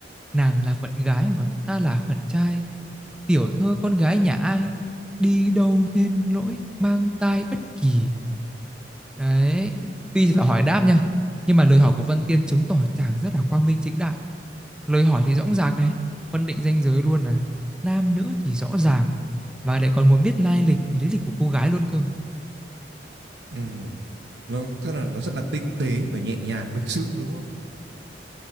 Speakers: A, in the centre; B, on the right.
A: Nàng là phận gái còn ta là phận trai Tiểu thơ con gái nhà ai Đi đâu nên lỗi mang tai bất kỳ Đấy Tuy là hỏi đáp nha Nhưng mà lời hỏi của Vân Tiên chứng tỏ chàng rất là quang minh chính đại Lời hỏi thì rõ ràng này Phân định ranh giới luôn là Nam nữ thì rõ ràng Mà lại còn muốn biết lai lịch, lý lịch của cô gái luôn cơ
B: Ừ. Nó tức là nó rất là tinh tế và nhẹ nhàng lịch sự đúng không?